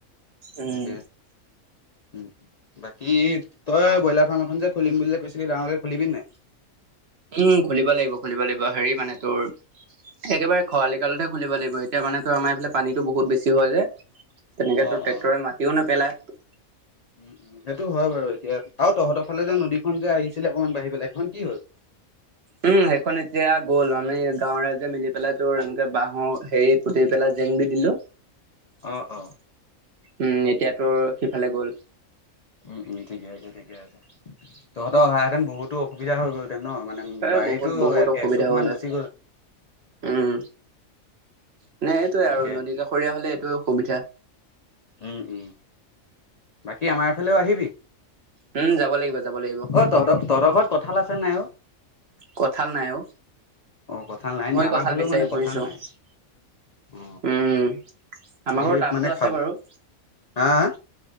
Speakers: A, on the right; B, on the left.
A: উম,
B: তাকে উম বাকী তই ব্ৰইলাৰ ফাৰ্ম এখন যে খুলিম বুলি কৈছিলি ডাঙৰকে খুলিবি নাই
A: উম খুলিব লাগিব খুলিব লাগিব হেৰি মানে তোৰ একেবাৰে খৰালি কালতহে খুলিব লাগিব এতিয়া মানে আমাৰফালে পানীটো বহুত বেছি হয় যে তেনেকেতো
B: অ',
A: ট্ৰেক্টৰে
B: অ'।
A: মাটিও নেপেলায়
B: উম উম সেইটো হয় বাৰু এতিয়া আৰু তহঁতৰ ফালে যে নদীখন যে আহিছিলে অকমান বাঢ়ি পেলাই সেইখন কি হল
A: উম সেইখন এতিয়া গ'ল মানে গাঁৱৰ ৰাইজে মিলি পেলাই তোৰ এনেকে বাঁহৰ হেৰি পোটি পেলাই জেং দি দিলো
B: অ অ
A: উম এতিয়া তোৰ সিফালে গ'ল
B: উম উম ঠিকে আছে ঠিকে আছে তহঁতৰ অহা হেতেন বহুতো অসুবিধা হৈ গ'লহঁতেন ন মানে
A: এ
B: বাৰীতো
A: বহুত বহুত অসুবিধা
B: এচুক
A: হ'লে
B: মান গুচি
A: উম মানে এইটোয়ে
B: গ'লহেঁতেন।
A: আৰু নদী কাষৰীয়া হ'লে এইটোৱে সুবিধা
B: উম উম বাকী আমাৰফালেও আহিবি
A: উম, যাব লাগিব যাব লাগিব
B: অ তহত তহতৰ ঘৰত কঁঠাল আছে নাই অ
A: কঠাল নাই অ
B: অ কঁঠাল নাই নি
A: মই
B: আমাৰ
A: কঠাল
B: ফালেও
A: বিচাৰি
B: মানে কঁঠাল
A: ফুৰিছো
B: নাই অ।
A: উম আমাৰ
B: এই
A: ঘৰত টামটো
B: মানে খাব
A: আছে বাৰু
B: হা হা